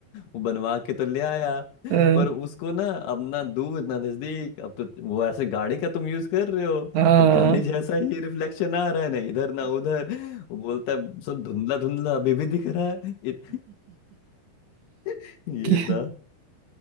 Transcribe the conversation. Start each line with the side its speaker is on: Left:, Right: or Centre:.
Left: वो बनवा के तो ले आया
Right: <laughs>
Left: पर उसको ना अब ना दूर ना नजदीक अब तो वो ऐसे गाड़ी का तुम यूज कर रहे हो
Right: हाँ हाँ।
Left: तो गाड़ी जैसा ही रिफ्लेक्शन आ रहा है ना इधर ना उधर वो बोलता है सब धुंधला धुंधला अभी भी दिख रहा है इत... <laughs> ये
Right: क्या-
Left: था